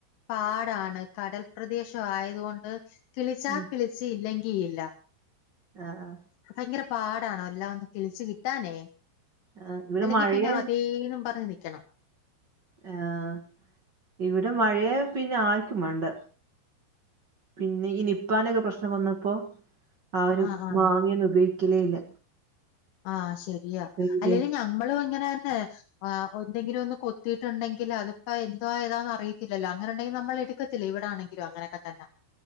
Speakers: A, on the left; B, on the right.
A: പാടാണ് കടൽ പ്രദേശ ആയതുകൊണ്ട് കിളിച്ചാ
B: ഉം
A: കിളിച്ച് ഇല്ലെങ്കി ഇല്ല
B: ആ ആ
A: ഭയങ്കര പാടാണ് എല്ലാം ഒന്ന് കിളിച്ചു കിട്ടാനേ
B: ആഹ് ഇവിടെ
A: അല്ലെങ്കി
B: മഴയ
A: പിന്നെ അതേന്നും പറഞ്ഞ് നിക്കണം
B: ആഹ് ഇവിടെ മഴയായ പിന്നെ ആർക്കും മാണ്ട പിന്നെ ഈ നിപ്പാൻ്റൊക്കെ പ്രശ്നം വന്നപ്പോ ആരും
A: ആഹ് ആഹ്
B: മാങ്ങെയൊന്നും ഉപയോഗിക്കലേ ഇല്ല
A: ആ ശരിയാ
B: പേടിയാ
A: അല്ലെലും ഞമ്മളും ഇങ്ങനെന്നെ ആ ഒന്തെങ്കിലും ഒന്ന് കൊത്തിയിട്ടുണ്ടെങ്കില് അത്പ്പോ എന്തുവാ ഏതാന്ന് അറിയിത്തില്ലല്ലോ അങ്ങനെ ഇണ്ടെങ്കി നമ്മള് എടു ക്കെത്തില്ല ഇവടാണെങ്കിലു അങ്ങനെക്കെ തന്നാ